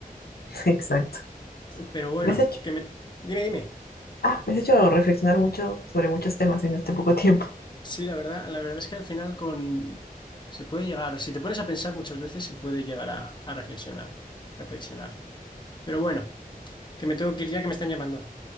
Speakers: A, on the left; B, on the left.
A: <laughs> Exacto.
B: Pero bueno,
A: ¿Me has hecho?
B: que me... Dime, dime.
A: Ah, me has hecho reflexionar mucho sobre muchos temas en este poco tiempo.
B: Sí, la verdad, la verdad es que al final con... Se puede llegar, si te pones a pensar muchas veces, se puede llegar a, a reflexionar, reflexionar. Pero bueno, que me tengo que ir ya que me están llamando.